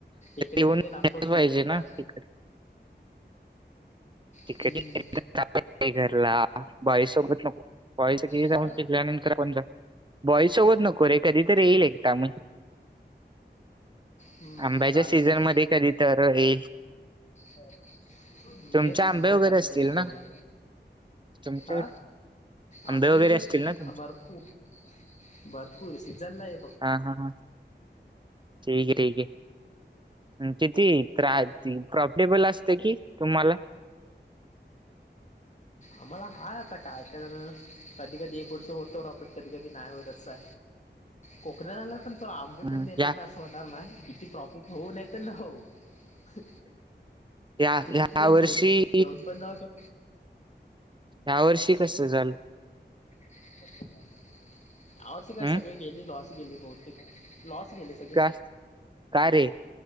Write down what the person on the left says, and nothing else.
इकडे
विकडे दाखवतो
इकडच्या
हम्म
हा
हम्म,
चालंत.
होर
ये
आंब्या
काजूच्या
सिझनला,
हा आंबे
दे
भरपूर-भरपूर सिझनला ये
आम्हाला हा आता काय काय कधी कधी एक वर्ष होतं, प्रॉफिट कधी, कधी नाही हो असं. कोकणाला पण तला आंबे
कोण देणार
ना असं होणार ना किती प्रॉफिट होऊ नय तर न हो हं,
तू
किती पण
घेऊन, घेऊन पण जाऊ शक
<inaudible> आवच काय
सगळे गेले लॉस गेले बहुतेक, लॉस गेले सगळे.